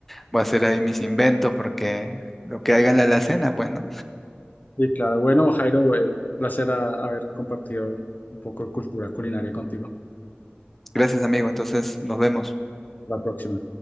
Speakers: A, in the centre; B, on the left (about 45°).
A: Voy a hacer ahí mis inventos porque lo que haya en la alacena, pues, ¿no?
B: Y claro, bueno, Jairo, eh, placer a- haber compartido un poco de cultura culinaria contigo.
A: Gracias, amigo. Entonces, nos vemos.
B: La próxima.